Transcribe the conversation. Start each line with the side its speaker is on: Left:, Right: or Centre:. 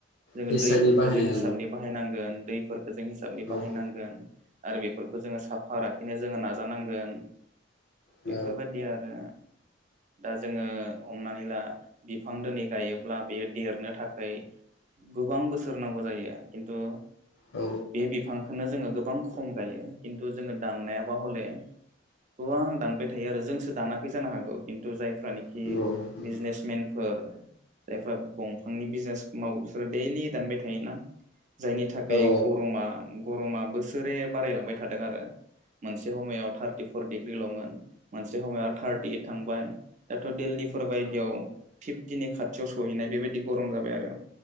Right: जोंङो
Left: केसानि
Right: दैफोरखौ
Left: बाहायनाय
Right: जों हिसाबनि बाहायनांगोन दैफोरखो जों हिसाबनि बाहायनांगोन
Left: ओं
Right: आरो बेफोरखौ जोंङो साफा लाखिनो जोंङो नाजानांगोन
Left: औ
Right: बेफोरबायादि आरो दा जोंङो हमनानै ला बिफां दोनै गायोब्ला बेयो देरनो थाखाय गोबां बोसोर नांगौ जायो खिन्थु
Left: औ
Right: बे बिफांखौनो जोंङो। गोबां खम गायो खिन्थु जोंङो दाननायाबा हले। गोबां दानबाय थायो आरो जोंसो दानाखै जानो हागौ खिन्थु जाय। फ्रानिखि
Left: औ
Right: बिजनेसमेनफोर जायफ्रा। दंफांनि बिजनेस मावो बिसोरो दैलि दानबाय थायोना। जायनि थाखाय
Left: औ
Right: गरमा गरमा बोसोरै बारायलांबाय थादों आरो। मोनसे समायाव थार्टिफर डिग्रिल'मोन मोनसे समायाव थार्टि इट थांबाय दाथ' दिल्ली। बायायदियाव
Left: औ
Right: फिफटिनि खाथियाव सहैनाय बेबायदि गरम जाबाय आरो